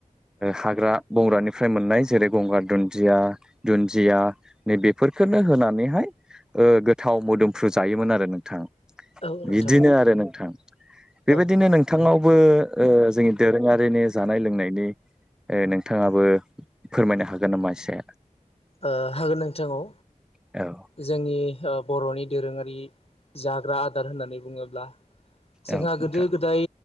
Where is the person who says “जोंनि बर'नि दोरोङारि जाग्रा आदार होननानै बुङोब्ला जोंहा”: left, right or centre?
Left